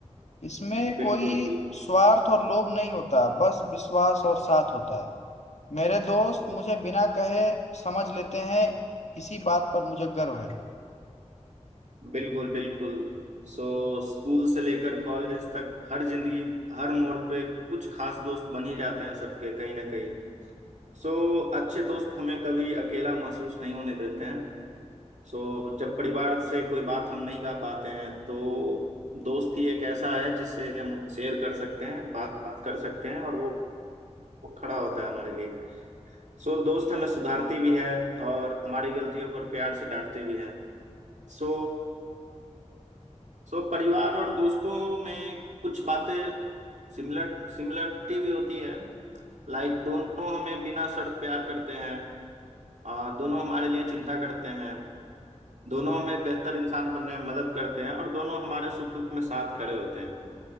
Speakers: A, on the left; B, on the right.
A: इसमें कोई
B: बिल्कुल बिल्कुल
A: स्वार्थ और लोभ नहीं होता बस विश्वास और साथ होता है मेरे दोस्त मुझे बिना कहे समझ लेते हैं इसी बात पर मुझे गर्व है
B: बिल्कुल बिल्कुल सो स्कूल से लेकर कॉलेज तक हर जिंदगी हर मोड़ पे कुछ खास दोस्त बन ही जाते हैं सबके कहीं ना कहीं सो अच्छे दोस्त हमें कभी अकेला महसूस नहीं होने देते हैं सो जब परिवार से कोई बात हम नहीं कह पाते हैं तो दोस्त ही एक ऐसा है जिससे हम शेयर कर सकते हैं बात कर सकते हैं और वो वो खड़ा होता है हमारे लिए सो दोस्त हमें सुधारते भी है और हमारी गलतियों पर प्यार से डांटते भी हैं सो सो परिवार और दोस्तों में कुछ बातें सिमिलर सिमिलरिटी भी होती है लाइक दोनों हमें बिना शर्त प्यार करते हैं आ, दोनों हमारे लिए चिंता करते हैं दोनों हमें बेहतर इंसान बनने में मदद करते हैं और दोनों हमारे सुख दुख में साथ खड़े होते हैं